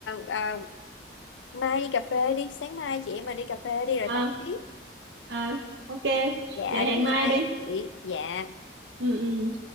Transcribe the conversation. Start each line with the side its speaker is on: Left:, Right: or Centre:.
Left: à, mai đi cà phê đi sáng mai chị em mình đi cà phê đi rồi
Right: à
Left: tám tiếp
Right: à ok
Left: dạ
Right: vậy hẹn
Left: có
Right: mai
Left: gì mai
Right: đi
Left: gặp chị dạ
Right: ừ ừ